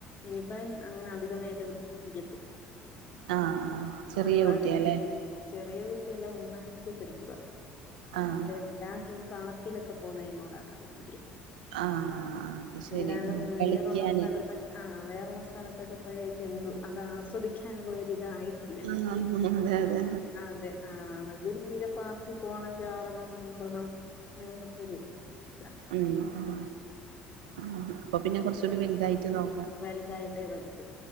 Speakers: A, on the left; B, on the right.
A: ഇവൻ അങ്ങനെ അധികനേരം ഇരിക്കത്തില്ല
B: ആഹ് ആഹ് ചെറിയ
A: ഒരുപാട്
B: കുട്ടിയാല്ലേ
A: നേരൊന്നും ചെറിയ കുട്ടിയല്ല ഒന്നാം ക്ലാസ്സില് പഠിക്കുവാ
B: ആഹ്
A: <unintelligible> ഞാക്ക് ഈ പാർക്കിലൊക്കെ പോന്നേനോടാ താല്പര്യം
B: ആഹ് അത് ശരി
A: അല്ലാതെ
B: ആ
A: വേറുള്ള
B: കളിക്കാന്
A: സ്ഥലത്തൊ ആഹ് വേറുള്ള സ്ഥലത്തൊക്കെ പോയേക്കെ എന്തോ അത് ആസ്വദിക്കാനുള്ളരിതായി ട്ടില്ലല്ലോ
B: ആഹ് അതെ അതെ
A: അതെ ആഹ് അതൊരിക്കലെ പാർ ക്കി പോണം ചാടണം ഓടണം അങ്ങനത്തൊരു ഇതാണ്
B: ഉം ഉം ഉം അപ്പൊപ്പിന്നെ കൊറച്ചൂടി വലുതായിട്ട് നോക്കാ
A: വലുതായിട്ടേ പറ്റൂ